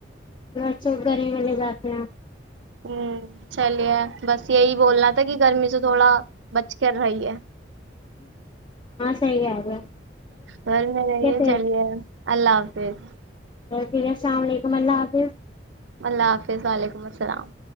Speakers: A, on the left; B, on the right.
A: بسوں گری میں لے جاتے ہیںپ
B: ہوں چلیے بس یہی بولنا تھا کہ گرمی سے تھوڑا بچ کر رہی ہے
A: صحی آ رہ ہے
B: گھر میں رہیں
A: پھر
B: چلیے اللہ حافظ
A: جی السلام علیکم اللہ حافظ
B: اللہ حافظ وعلیکم السلام